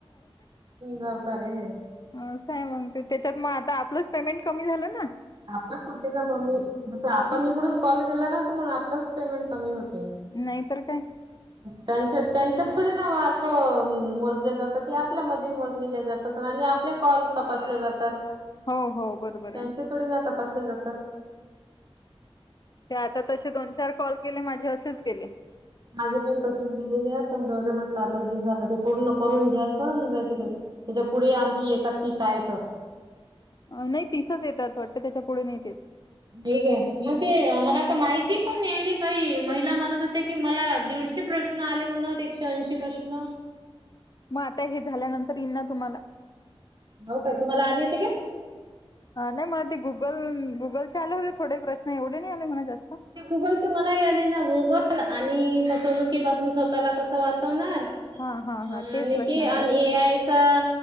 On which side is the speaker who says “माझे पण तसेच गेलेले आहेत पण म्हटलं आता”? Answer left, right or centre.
Right